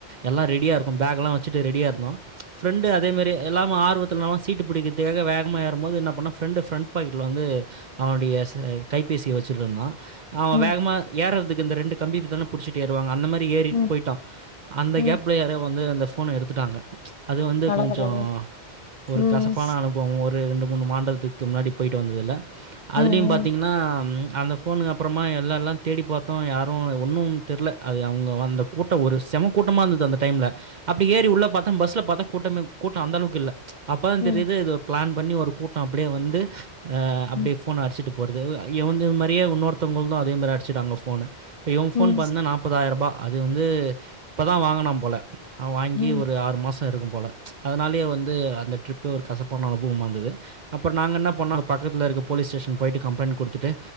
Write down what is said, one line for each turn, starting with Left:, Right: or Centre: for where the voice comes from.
Right: எல்லா ரெடியா இருக்கொம் பேக்கெல்லா வச்சுட்டு ரெடியா இருந்தோ ப்ரெண்டு அதேமாரி எல்லாமு ஆர்வத் இத்துனோ சீட்டு பிடிக்கறதுக்காக வேகமா ஏறும்போது என்ன பண்ணா ப்ரெண்டு ப்ரெண்ட் பாக்கெட்ல்ல வந்து அவனுடைய கை பேசி வச்சிட்டிருந்தா அவே
Left: ம்
Right: வேகமா
Left: ம்
Right: ஏறதுக்கு இந்த ரெண்டு கம்பி தானே புடிச்சிட்டு ஏறுவாங்க அந்த மாரி ந்து ஏறி
Left: ம்
Right: போயிட்டா அந்த கேப்
Left: ம்
Right: வந்து அந்த போன எடுத்துட்டாங்க அது வந்து
Left: அட
Right: கொஞ்சோ
Left: கடவுளே
Right: ஒரு
Left: ம்
Right: கசப்பான அனுபவம் ஒரு ரெண்டு மூணு மாண்டலத்துக்கு முன்னாடி போய்ட்டு வந்ததுல அதுலேயு
Left: ம் ம்
Right: பாத்தீங்கன்னா அந்த ஃபோனு அப்புறமா எல்லால்லாம் தேடி பாத்தோ யாரோ ஒன்னும் தெர்ல அது அவுங்க அந்த கூட்டோ ஒரு செம கூட்டமா இருந்தது அந்த டைம்ல அப்டி ஏறி உள்ள பாத்தே பஸ்ல பாத்தே கூட்டமே கூட்ட அந்த அளவுக்கு இல்ல அப்பதா
Left: ம்
Right: தெரியுது இது ஒரு பிளான் பண்ணி ஒரு கூட்டோ அப்டியே வந்து அப்டியே
Left: ம்
Right: ஃபோன அடிச்சிட்டு போறது எவன்து மாரியே உன்னொருத்தவங்கள்து அதே மாரி அடிச்சுட்டாங்க போன இப்போ இவுங்க ஃபோன்
Left: ம்
Right: பாத்தீங்கன்னா நாற்பதாயிரரூபா அது வந்து இப்பதான் வாங்குனான் போல அவன் வாங்கி
Left: ம்
Right: ஒரு ஆறு மாசோ இருக்கும்போல அதனாலயே வந்து அந்த ட்ரிப் ஒரு கசப்பான அனுபவமா இருந்தது அப்புறோ நாங்க என்ன பண்ணோ அங்க பக் ட்ரிப்ல இருக்க போலீஸ் ஸ்டேஷன் போயிட்டு கம்ப்ளைன்ட் குடுத்துட்டு